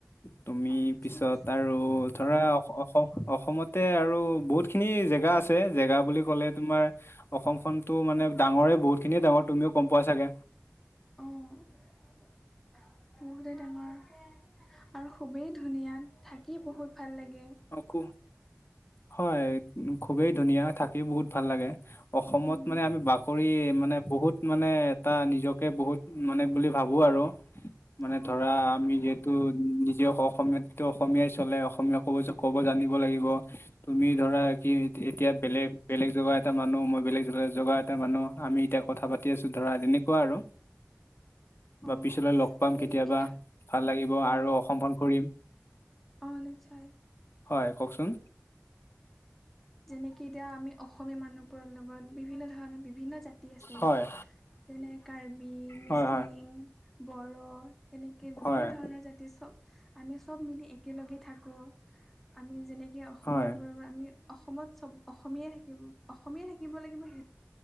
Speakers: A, on the left; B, in the centre.
A: তুমি
B: অ
A: পিছত
B: ঠিক আছে
A: আৰু- আৰু ধৰা অসম অসমতে আৰু বহুতখিনি জেগা আছে, জেগা বুলি ক'লে তোমাৰ- অসমখনতো মানে ডাঙৰে বহুত খিনিয়ে ডাঙৰ তুমিও গম পোৱা চাগে।
B: অঁ বহুতেই ডাঙৰ। আৰু খুবেই ধুনীয়া থাকি বহুত ভাল লাগে।
A: খু হয় খুবেই ধুনীয়া থাকি বহুত ভাল লাগে। অসমত
B: উম
A: মানে আমি বাকৰি মানে বহুত মানে এটা নিজকে বহুত- মানে বুলি ভাবো আৰু, মানে
B: অ
A: ধৰা আমি যিহেতু নিজেও হক অসমীয়াতটো অসমীয়াই চলে অসমীয়া ক'ব ক'ব জানিব লাগিব। তুমি
B: অ
A: ধৰা কি এতিয়া বেলেগ বেলেগ জেগা এটা মানুহ, মই বেলেগ জগা এটা মানুহ, আমি এতিয়া- কথা পাতি আছো ধৰা তেনেকুৱা আৰু, বা
B: অ
A: পিছলৈ লগ পাম
B: সেই তেনেকে
A: কেতিয়াবা ভাল লাগিব
B: অ
A: আৰু অসমখন ফুৰিম,
B: অ নিশ্চয়,
A: হয় কওকচোন,
B: যেনেকে এতিয়া আমি অসমীয়া মানুহ। <unintelligible> লগত বিভিন্ন ধৰণৰ বিভিন্ন জাতি আছে।
A: হয়
B: যেনে কাৰ্বি মিচিং
A: হয় হয়
B: বড় তেনেকে বিভিন্ন
A: হয়
B: ধৰণৰ জাতি চব আমি চব মিলি একেলগে থাকো আমি যেনেকে অসমীয়া
A: হয়
B: আৰু আমি অসমত চব অসমীয়াই থাকিব অসমীয়াই থাকিব লাগিব সেইটো